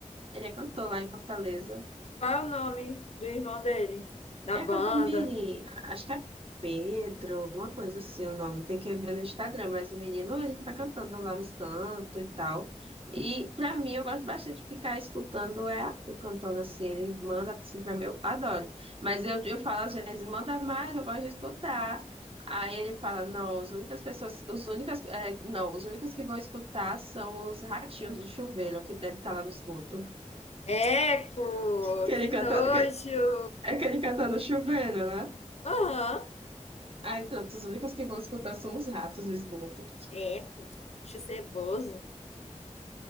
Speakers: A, on the right (about 45°); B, on the left (about 55°).
A: ele é cantor lá em Fortaleza.
B: Qual é o nome do irmão dele? Da
A: É
B: banda?
A: Campamiri, acho que é Pedro, alguma coisa assim o nome. Tem que ver no Instagram, mas o menino ele fica cantando lá nos cantos e tal. E pra mim, eu gosto bastante de ficar escutando é Arthur cantando assim. Ele manda assim pra mim, eu adoro. Mas eu, eu falo às vezes, manda mais, eu gosto de escutar. Aí ele fala, não, as únicas pessoas, os únicas, é, não, os únicos que vão escutar são os ratinhos do chuveiro, que deve estar lá no esgoto.
B: Eco!
A: Que ele
B: Que
A: canta,
B: nojo!
A: que, é que ele canta no chuveiro, né?
B: Aham.
A: Ai, pronto, os únicos que vão escutar são os ratos do esgoto.
B: Eco. Acho ceboso.